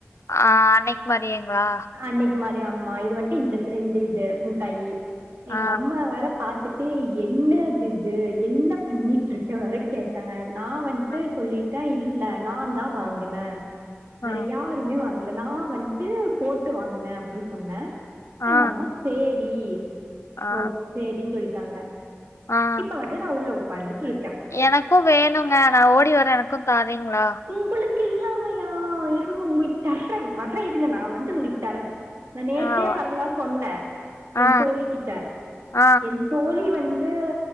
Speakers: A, on the left; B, on the right.
A: ஆ அன்னைக்கு மாரியேங்களா
B: அன்னைக்கு மாரி அம்மா, இது வந்ட்டு இந்த இந்த இது முட்டாயி
A: ஆ,
B: எங்க அம்மா வேற பாத்துட்டு. என்னதிது என்ன பண்ணிட்டுருக்க வேற கேட்டாங்க. நா வந் ட்டு
A: அ,
B: சொல்லிட்டே. இல்ல நான்தா வாங்குனே. வேற
A: ஆ,
B: யாருமே வாங்கல. நா வந் ட்டு போட்டு வாங்குனே அப்டி சொன்னே. எங்க
A: ஆ,
B: அம்மா சேரி
A: ஆ,
B: ஓ.. சேரின்னு சொல்ட்டாங்க.
A: ஆ.
B: இப்ப வந்து நா உள்ள உக்காந்துட்டுருக்கே
A: எனக்கு வேணுங்க. நா ஓடி வரே எனக்கு தாரீங்களா
B: உங்களுக்கு இல்லாமையா இருங்க உங்களுக்கு தர்றே வர்றே இருங்க நா வந்து உங்களுக்கு தரே நா நேத்தே
A: ஆவா
B: வர்லா சொன்ன.
A: ஆ,
B: என் தோழிகிட்ட
A: ஆ,
B: என் தோழி வந் டு